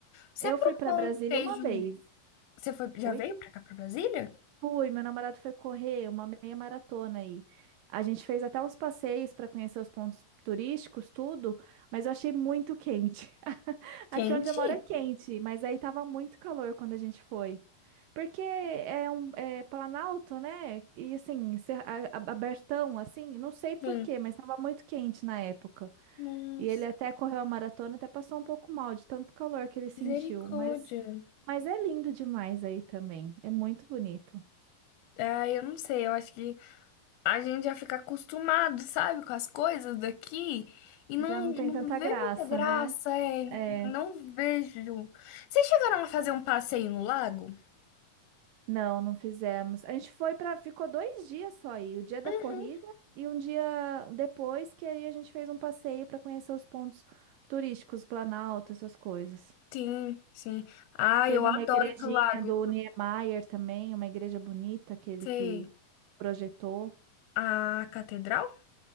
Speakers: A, on the left; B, on the right.
A: Você
B: Eu
A: provou
B: fui para Brasília
A: um queijo?
B: uma vez.
A: Você foi, já
B: Oi?
A: veio pra cá, pra Brasília?
B: Fui, meu namorado foi correr uma meia maratona aí. A gente fez até uns passeios para conhecer os pontos turísticos, tudo, mas eu achei muito quente. <laughs>
A: Quente?
B: Aqui onde eu moro é quente, mas aí tava muito calor quando a gente foi. Porque é um é Planalto, né? E assim, cer- a- a- abertão, assim, não sei por
A: Sim.
B: quê, mas tava muito quente na época.
A: Nossa,
B: E ele até correu a maratona, até passou um pouco mal de tanto calor que ele sentiu.
A: misericórdia.
B: Mas, mas é lindo demais aí também. É muito bonito.
A: Ah, eu não sei, eu acho que a gente já fica acostumado, sabe, com as coisas daqui e não,
B: Já não
A: não
B: tem tanta
A: vê
B: graça,
A: muita graça,
B: né?
A: é.
B: É,
A: Não vejo. Vocês chegaram a fazer um passeio no lago?
B: não, não fizemos. A gente foi para, ficou dois dias só aí, o dia da
A: Uhum.
B: corrida e um dia depois que aí a gente fez um passeio para conhecer os pontos turísticos, Planalto, essas coisas.
A: Sim, sim. Ah,
B: Teve
A: eu adoro
B: uma igrejinha
A: ir pro lago.
B: do Niemeyer também, uma igreja bonita, aquele
A: Sei.
B: que projetou.
A: A catedral?